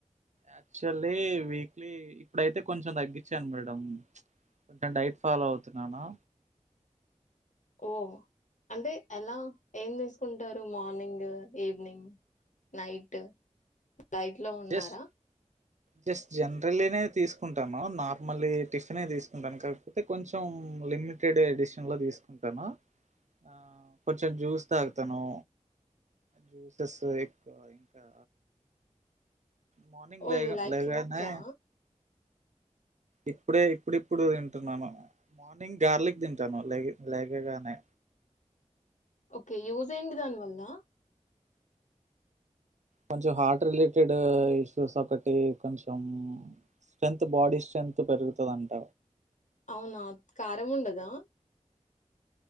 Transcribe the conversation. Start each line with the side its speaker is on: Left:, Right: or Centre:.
Right: యాక్చువల్లీ వీక్లీ ఇప్పుడైతే కొంచెం తగ్గించాను మేడం కొంచెం డైట్ ఫాలో అవుతున్నాను
Left: ఓ అంటే ఎలా ఏంది ఉంటారు మార్నింగ్ ఈవినింగ్ నైట్ డైట్ లో ఉన్నారా
Right: జస్ట్ జస్ట్ జనరల్లీనే తీసుకుంటాను నార్మల్ టిఫిన్ తీసుకుంటాను కాకపోతే కొంచెం లిమిటెడ్ ఎడిషన్లో తీసుకుంటాను ఆ కొంచెం జ్యూస్ తాగుతాను జ్యూసెస్ ఎక్కువ ఇంకా మార్నింగ్
Left: ఓహ్!
Right: లే
Left: యూ లైక్
Right: లేగనే
Left: ఫ్రూట్సా?
Right: ఇప్పుడే ఇప్పుడిప్పుడు తింటున్నాను మార్నింగ్ గార్లిక్ తింటాను లేగ లేగగానే
Left: ఓకే యూజ్ ఏంది దానివల్ల
Right: కొంచెం హార్ట్ రిలేటెడ్ ఇష్యూస్ ఒకటి కొంచెం స్ట్రెంగ్త్ బాడీ స్ట్రెంగ్త్ పెరుగుతుంది అంట
Left: అవునాత్ కారము ఉండదా